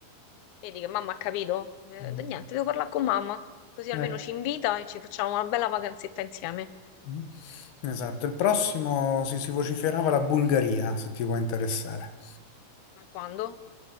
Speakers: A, on the left; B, on the left.
A: Vedi che mamma ha capito? Eh,
B: Mm.
A: niente, devo parlare con mamma, così
B: ecco.
A: almeno ci invita e ci facciamo una bella vacanzetta insieme.
B: Mm. Esatto, il prossimo si, si vociferava la Bulgaria, se ti può interessare,
A: Ma quando?